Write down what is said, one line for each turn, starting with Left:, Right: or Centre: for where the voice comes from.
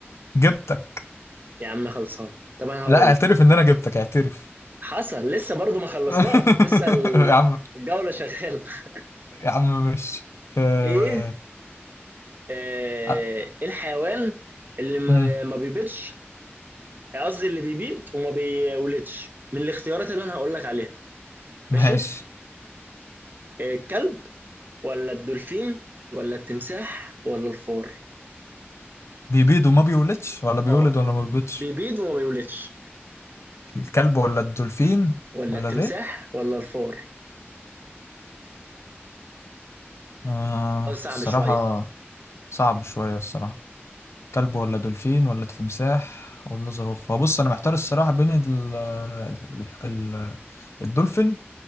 Left: جبتك
Right: يا عم خلصان طب انا هقول
Left: لا اعترف ان انا جبتك اعترف
Right: حصل لسه برضو ما خلصناش
Left: <laughs>
Right: لسه ال-
Left: يا عم
Right: الجوله شغاله <laughs>
Left: يا عم مش آه...
Right: ايه آه،
Left: آه،
Right: ايه الحيوان اللي ما
Left: مم،
Right: ما بيبيضش قصدي اللي بيبيض وما بيولدش من الاختيارات اللي انا هقول لك عليها
Left: ماشي
Right: ماشي آه، الكلب ولا الدولفين ولا التمساح ولا الفار
Left: بيبيض وما بيولدش ولا بيولد
Right: اه
Left: ولا ما بيبيضش
Right: بيبيض وما بيولدش
Left: الكلب ولا الدولفين
Right: ولا
Left: ولا
Right: التمساح
Left: الايه
Right: ولا الفار
Left: آه...
Right: سؤال صعب
Left: الصراحة
Right: شوية
Left: صعب شوية الصراحة كلب ولا دولفين ولا تمساح ولا زرافة بص أنا محتار الصراحة بين ال... ال... ال... الدولفين